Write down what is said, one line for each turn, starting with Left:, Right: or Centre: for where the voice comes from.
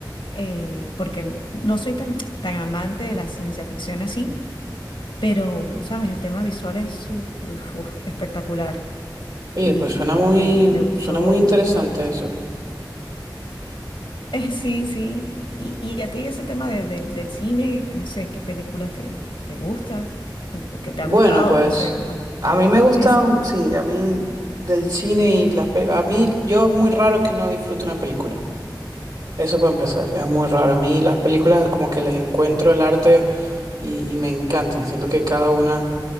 Left: eh, porque no soy tan, tan amante de la ciencia ficción así, pero sabes, el tema visual es su- uf, espectacular
Right: Oye,
Left: y,
Right: pues suena
Left: y pues
Right: muy,
Left: me, me gustó,
Right: suena muy interesante
Left: me gustó.
Right: eso.
Left: Eh, sí, sí. Y, y a ti ese tema de, de- del cine, no sé, qué películas te, te gusta o cu- que te
Right: Bueno,
Left: ha gustado,
Right: pues
Left: no sé, más,
Right: a
Left: te
Right: mí
Left: digo,
Right: me gusta,
Left: es,
Right: sí, a mí del cine y las... pe- A mí, yo es muy raro que no disfrute una película. Eso para empezar, es muy raro. A mí las películas como que les encuentro el arte y, y me encantan. Siento que cada una